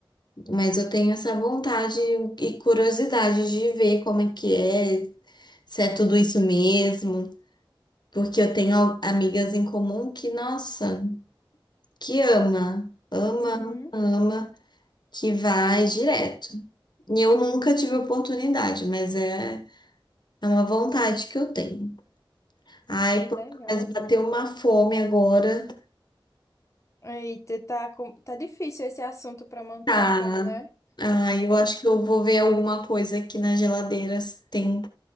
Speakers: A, on the left; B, on the left.
A: Mas eu tenho essa vontade e curiosidade de ver como é que é, se é tudo isso mesmo, porque eu tenho al- amigas em comum que, nossa, que ama, ama,
B: Uhum.
A: ama, ama, que vai direto. E eu nunca tive oportunidade, mas é, é uma vontade que eu tenho. Ai,
B: Que
A: pô,
B: legal.
A: mas bateu uma fome agora.
B: Eita, tá, com- tá difícil esse assunto para manter
A: Tá.
B: a fome, né?
A: Ah, eu acho que eu vou ver alguma coisa aqui na geladeira se tem